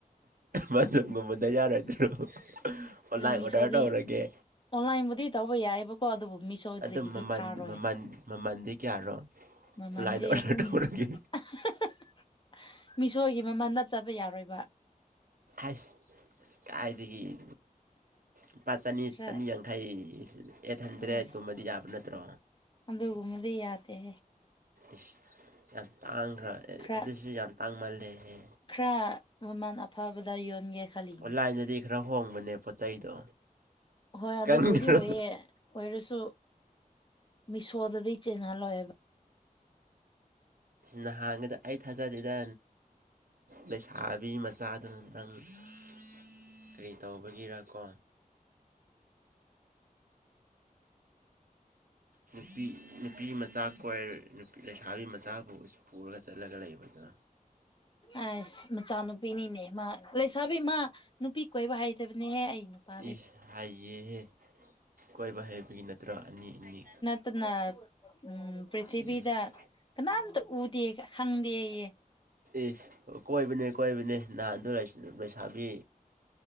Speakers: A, on the right; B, on the left.
A: ꯃꯥꯁꯨ ꯃꯃꯟꯗ ꯌꯥꯔꯣꯏꯗ꯭ꯔꯣ ꯑꯣꯟꯂꯥꯏꯟ
B: ꯃꯤꯁꯣꯗꯤ
A: ꯑꯣꯔꯗꯔ ꯇꯧꯔꯒꯦ
B: ꯑꯣꯟꯂꯥꯏꯟꯕꯨꯗꯤ ꯇꯧꯕ ꯌꯥꯏꯕ ꯀꯣ ꯑꯗꯨꯕꯨ ꯃꯤꯁꯣꯏꯗꯒꯤꯗꯤ
A: ꯑꯗꯨ ꯃꯃꯜ
B: ꯊꯥꯔꯣꯏ
A: ꯃꯃꯜ ꯃꯃꯜꯗꯤ ꯀꯌꯥꯔꯣ
B: <inaudible>
A: ꯑꯣꯟꯂꯥꯏꯟꯗ
B: ꯃꯃꯟꯗꯤꯦ
A: ꯑꯣꯔꯗꯔ
B: ꯎꯝ
A: ꯇꯧꯔꯒꯦ
B: <unintelligible> ꯃꯤꯁꯣꯏꯒꯤ ꯃꯃꯜꯗ ꯆꯠꯄ ꯌꯥꯔꯣꯏꯕ
A: ꯑꯁ ꯀꯥꯏꯗꯒꯤ ꯑ ꯂꯨꯄꯥ ꯆꯅꯤ
B: ꯈꯔ
A: ꯆꯅꯤ ꯌꯥꯡꯈꯩ ꯑꯩꯠ ꯍꯟꯗ꯭ꯔꯦꯠꯀꯨꯝꯕꯗꯤ
B: ꯑꯁ
A: ꯌꯥꯕ ꯅꯠꯇ꯭ꯔꯣ
B: ꯑꯗꯨ ꯒꯨꯝꯕꯗꯤ ꯌꯥꯗꯦ ꯍꯦ
A: ꯏꯁꯁ ꯌꯥꯝ ꯇꯥꯡꯈ꯭ꯔ
B: ꯈꯔ
A: ꯑꯗꯨꯁꯨ ꯌꯥꯝ ꯇꯥꯡꯃꯜꯂꯦꯍꯦ
B: ꯈꯔ ꯃꯃꯟ ꯑꯐꯕꯗ ꯌꯣꯟꯒꯦ ꯈꯜꯂꯤꯅꯦ
A: ꯑꯣꯟꯂꯥꯏꯟꯗꯗꯤ ꯈꯔ ꯍꯣꯡꯕꯅꯦ ꯄꯣꯠ ꯆꯩꯗꯣ
B: ꯍꯣꯏ ꯑꯗꯨꯕꯨꯗꯤ
A: ꯈꯪꯗ꯭ꯔꯣ
B: ꯑꯣꯏꯌꯦꯦ ꯑꯣꯏꯔꯁꯨ ꯃꯤꯁꯣꯗꯗꯤ ꯆꯦꯟꯍꯜꯂꯣꯏꯕ
A: ꯅꯍꯥꯟꯒꯗ ꯑꯩ ꯊꯥꯖꯗꯦꯗ ꯂꯩꯁꯥꯕꯤ ꯃꯆꯥꯗꯨꯅ ꯅꯪ <unintelligible> ꯀꯔꯤ ꯇꯧꯕꯒꯤꯔ ꯀꯣ ꯅꯨꯄꯤ ꯅꯨꯄꯤ ꯃꯆꯥ ꯍꯣꯏ ꯅꯨꯄꯤ ꯂꯩꯁꯥꯕꯤ ꯃꯆꯥꯕꯨ ꯄꯨꯔꯒ ꯆꯠꯂꯒ ꯂꯩꯕꯗ
B: ꯑꯁ ꯃꯆꯥꯅꯨꯄꯤꯅꯤꯅꯦ ꯃꯥ ꯂꯩꯁꯥꯕꯤ ꯃꯥ ꯅꯨꯄꯤ ꯀꯣꯏꯕ ꯍꯩꯇꯕꯅꯤꯍꯦ ꯑꯩ ꯅꯨꯄꯥꯗꯤ
A: ꯏꯁ ꯍꯥꯏꯌꯦꯍꯦ ꯀꯣꯏꯕ ꯍꯩꯕꯒꯤ ꯅꯠꯇ꯭ꯔꯣ ꯑꯅꯤ ꯑꯅꯤ
B: ꯑꯗꯨꯅ ꯎꯝ ꯄ꯭ꯔꯤꯊꯤꯕꯤꯗ
A: ꯏꯁ
B: ꯀꯅꯥꯝꯇ ꯎꯗꯦ ꯈꯪꯗꯦꯌꯦ
A: ꯏꯁ ꯀꯣꯏꯕꯅꯦ ꯀꯣꯏꯕꯅꯦ ꯅꯍꯥꯟꯗ ꯂꯩꯁꯥꯕꯤ